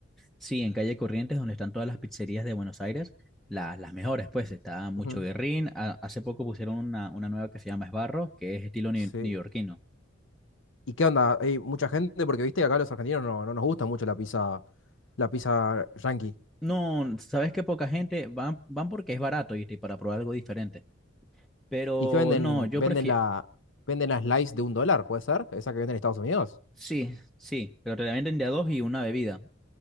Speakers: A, in the centre; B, on the left (about 65°).
A: Sí, en calle Corrientes, donde están todas las pizzerías de Buenos Aires, la- las mejores, pues está Mucho
B: Ujú.
A: Guerrín. a- hace poco pusieron una, una nueva que se llama Esbarro, que es estilo ni-
B: Sí.
A: neoyorquino.
B: ¿Y qué onda? ¿Hay mucha gente? Porque viste que acá los argentinos no, no nos gusta mucho la pizza, la pizza yankee.
A: No, sabes que poca gente van, van porque es barato ¿viste? y para probar algo diferente. Pero
B: ¿Y qué venden?
A: no, yo
B: Venden
A: prefiero.
B: la, venden las slice de un dólar, ¿puede ser? Esa que venden en Estados Unidos.
A: Sí, sí, pero te la venden de a dos y una bebida.